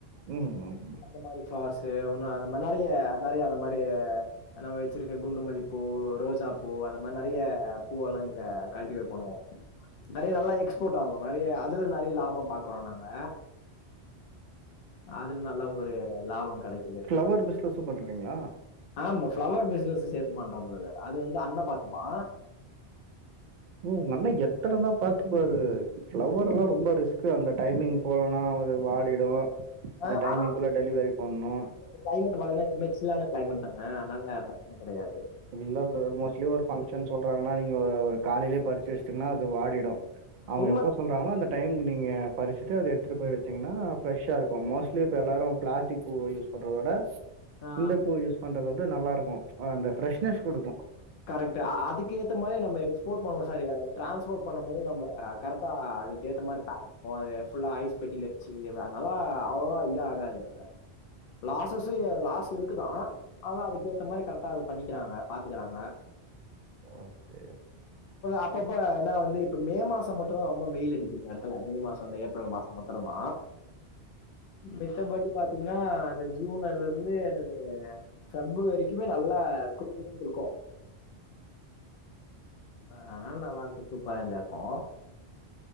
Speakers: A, on the right; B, on the left.
A: ம் ம் ம்
B: அந்த மாறி ஃபிளார்ஸு ஒன்னு அந்த மாறி நறைய நறைய அந்த மாறி நல்லாவே வச்சிருக்கே குண்டு மல்லிப்பூ ரோசாப் பூ அந்த மாறி நறைய பூவெல்லா இங்க கல்டிவேட் பண்ணுவோ நறைய நல்லா எக்ஸ்போர்ட் ஆகு நறைய அதுல நறைய லாப பாக்குறோ நாங்க அதுல நல்ல ஒரு லாப கெடைக்குது
A: ஃப்ளவர் பிஸ்னஸூ பண்ணுறீங்ளா
B: ஆமா ஃபிளவர் பிசினஸ் சேத்து பண்றொம் பிரதர் அது வந்து அண்ணா பாத்துப்பா
A: ப்ரோ உங்க அண்ணா எத்தனதா பாத்து பாரு ஃப்ளவர் எல்லா ரொம்ப ரிஸ்க் அந்த டைமிங் போலனா அது வாடிடு
B: அ
A: அந்த டைமிங்குள்ள
B: ஆனா
A: டெலிவரி பண்ணு
B: கிளைமேட் பாத்திங்னா எப்பவுமே சில்லான கிளைமெட் தான அதனால பிரச்சன கெடையாது
A: இல்ல பிரதர் மோஸ்ட்லி ஒரு ஃபங்க்ஷன் சொல்றாங்கனா நீங்க ஒரு காலைலயே பறிச்சு வச்சுடிங்கனா அது வாடிடு அவங்க
B: உண்மதான்.
A: எப்ப சொல் ப்பாவு அந்த டைமுக்கு நீங்க பரிசுட்டு அத எடுத்துட்டு போய் வச்சிங்ன்னா ஃப்ரெஷா இருக்கு மோஸ்ட்லி இப்போ எல்லோரு பிளாஸ்டிக் பூவ யூஸ் பண்றத விட
B: ஆ
A: இந்த பூ யூஸ் பண்றது வந்து நல்லா இருக்கு அந்த ஃப்ரெஷ்னஸ் குடுக்கு
B: கரெக்ட் அதுக்கு ஏத்த மாரி நம்ம எஸ்போர்ட் பன்னுவோ சாரி அத டிரான்ஸ்போர்ட் பண்ணும் போது நம் கரெடா அதுக்கு ஏத்த மாரி பேக் ஃபுல்லா ஐஸ் பெட்டியில வச்சு அதனாலா அவ்வளவா இது ஆகாது பிரதர் லாசஸ் லாஸ் இருக்குதா அதா அதுக்கு ஏத்த மாரி கரெக்டா அது பண்ணிக்கிறாங்க பாத்துகறாங்க
A: ஓகே
B: அப்பப்ப என்ன வந்து இப்ப மே மாசம் மட்டு தா ரொம்ப வெயில் அடிக்கு இந்த எடத்துல மே மாச அந்த ஏப்ரல் மாச மட் த்தறம மித்தபடி பாத்தீங்னா அந்த ஜூன் அல இருந்து எனது ஃபெப் வரிக்குமே நல்லா குளு குளுனு இருக்கு ஆ அதனால நல்லா இருக்கு சூப்பரா இந்த எடோ